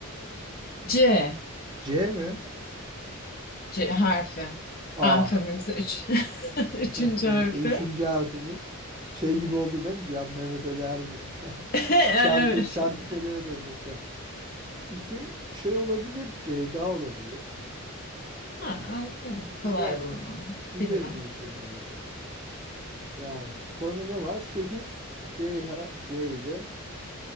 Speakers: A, on the left; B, on the right.
A: C.
B: C mi?
A: C harfi.
B: Ah.
A: Alfabemizin üç. <laughs> Üçüncü
B: <laughs>
A: harfi.
B: Üçüncü harfimiz. Şey gibi oldu değil mi? Bir an Mehmet Ali Erbil. <laughs>
A: <laughs>
B: Çarkı,
A: Evet.
B: Çarkıfele'ye döndük ya. İsim şey olabilir. Ceyda olabilir.
A: Ha, evet, kolay
B: Güzel.
A: bulmam.
B: Güzel
A: Bilmem.
B: bir isim bence. Yani sonra ne var? Şehir Ceyha C ile.